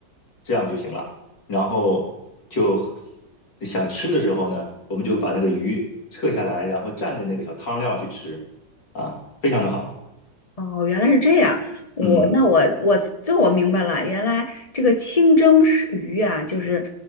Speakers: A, on the left; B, on the left.
A: 这样就行了。然后就想吃的时候呢，我们就把那个鱼撤下来，然后蘸着那个小汤料去吃，啊，非常的好。
B: 哦，原来是这样。我那我我这我明白了，
A: 嗯
B: 原来这个清蒸是鱼啊，就是